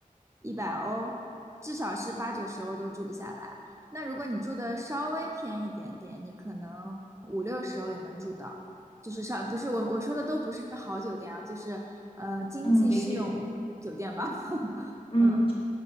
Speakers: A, on the right; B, on the left.
A: 一百欧，至少是八九十欧都住不下来。那如果你住的稍微偏一点点，你可能五六十欧也能住到。就是上，不是我我说的都不是好酒店啊，就是呃经济适用酒店吧。
B: 嗯，理解，
A: <laughs>
B: 嗯。
A: 嗯